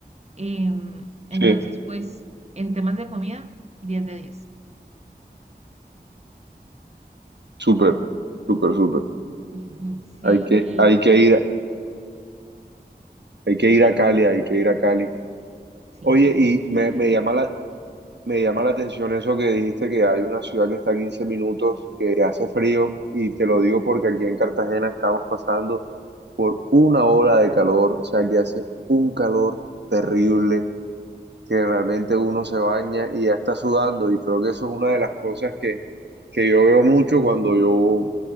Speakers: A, on the right; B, on the right.
A: Em, entonces,
B: Sí,
A: pues en temas de comida, diez de diez.
B: súper, súper, súper.
A: <laughs> Ujú, Sí,
B: Hay que,
A: y
B: hay que ir, hay que ir
A: sí,
B: a Cali, hay que ir a Cali.
A: sí,
B: Oye,
A: tenés
B: y
A: que
B: me,
A: ir.
B: me llama la, me llama la atención eso que dijiste que hay una ciudad que está a 15 minutos, que hace frío, y te lo digo porque aquí en Cartagena estamos pasando. por una ola de calor, o sea que hace un calor terrible, que realmente uno se baña y ya está sudando, y creo que eso es una de las cosas que, que yo veo mucho cuando yo,